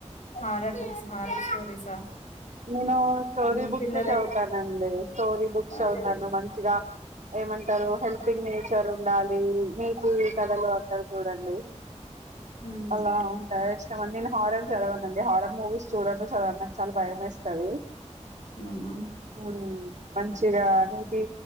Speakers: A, on the left; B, on the right.
A: హారర్ బుక్స్ హారర్ స్టోరీసా
B: నేను స్టోరీ
A: మ్మ్
B: బుక్స్
A: పిల్లలై
B: చదువుతానండి స్టోరీ బుక్స్
A: అవునా
B: చవుతాను మంచిగ ఏమంటారు హెల్పింగ్ నేచర్ ఉండాలి నీ తి కథలు అంటరు చూడండి
A: మ్మ్
B: అలా ఉంటే ఇష్టమండి నేను హారర్ చదవనండి హారర్ మూవీస్ చూడను చదవను నాకు చాలా భయం ఎస్ స్తది
A: అవునా
B: అ మంచిగా నీతి